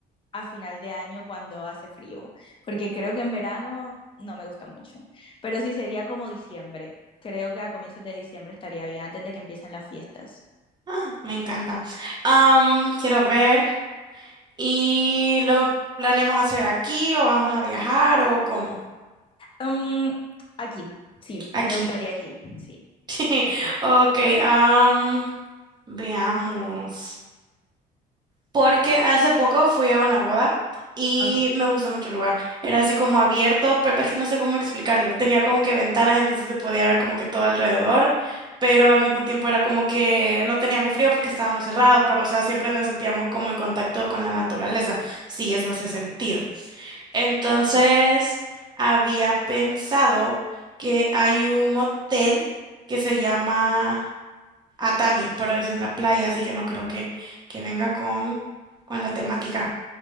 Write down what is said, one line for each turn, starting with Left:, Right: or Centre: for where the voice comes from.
Left: a final de año cuando hace frío, porque creo que en verano no me gusta mucho, pero sí sería como diciembre. Creo que a comienzos de diciembre estaría bien, antes de que empiecen las fiestas.
Right: Ah, me encanta. Am, quiero ver. ¿Y lo planeamos hacer aquí o vamos a viajar o cómo?
Left: Um, aquí, sí,
Right: Aquí.
Left: me gustaría aquí, sí.
Right: <laughs>
Left: Okay,
Right: Ok, am, veamos. Porque hace poco fui a una boda y
Left: ok,
Right: me gustó mucho el lugar. Era así como abierto, pero es que no sé cómo explicarlo. Tenía como que ventanas, entonces se podía ver como que todo alrededor, pero al mismo tiempo era como que no teníamos frío porque estábamos cerrados, pero o sea, siempre nos sentíamos como en contacto con la naturaleza, si eso hace sentido. Entonces,
Left: sí.
Right: había pensado que hay un hotel que se llama a Tami, pero es en la playa, así que no creo que, que venga con, con la temática.